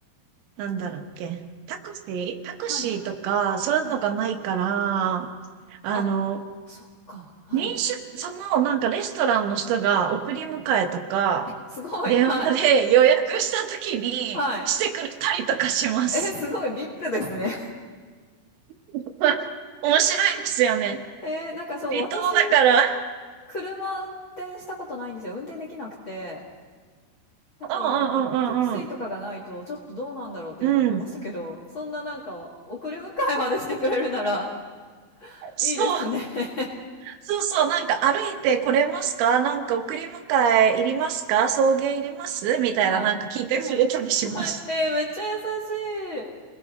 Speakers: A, on the right; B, on the left.
A: なんだろうっけ、
B: はい。
A: タクシータクシーとか、
B: はいはい。
A: そういうのがないから、
B: はい。
A: あの、
B: あ、そっか。はい。
A: 民宿、そのなんかレストランの人が送り迎えとか、
B: すごい、
A: 電話で予約した時にしてくれたりとかします。
B: はい、はい。え、すごいビッグですね。
A: <laughs> 面白いですよね。
B: <laughs> えー、なんかそう、
A: 離島だから。
B: 私、車運転したことないんですよ。運転できなくて。だから、
A: うんうんうんうん
B: タクシーとかがないと、ちょっとどうなんだろうって今思いましたけど、
A: うん。うん。
B: そんななんか、送り迎えまでしてくれるなら、
A: そう。
B: いいですね。<laughs>
A: そうそう、なんか歩いてこれますかなんか送り迎えいりますか送迎いりますみたいななんか聞いてくれたりします。
B: はい。はい。はい。えー、めっちゃ優しい。